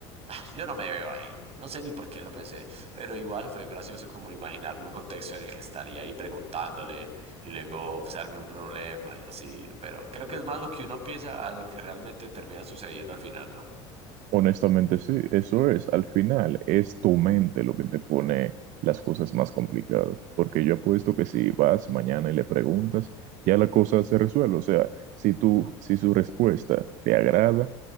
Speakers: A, on the right; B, on the right.
A: Ah, Yo no me veo ahí, no sé ni por qué lo pensé, pero igual fue gracioso como imaginarme un contexto en el que estaría ahí preguntándole y luego usarme un problema y así, pero creo que es más lo que uno piensa a lo que realmente termina sucediendo al final, ¿no?
B: Honestamente, sí, eso es. Al final, es tu mente lo que te pone las cosas más complicadas. Porque yo apuesto que si vas mañana y le preguntas, ya la cosa se resuelve. O sea, si tú, si su respuesta te agrada,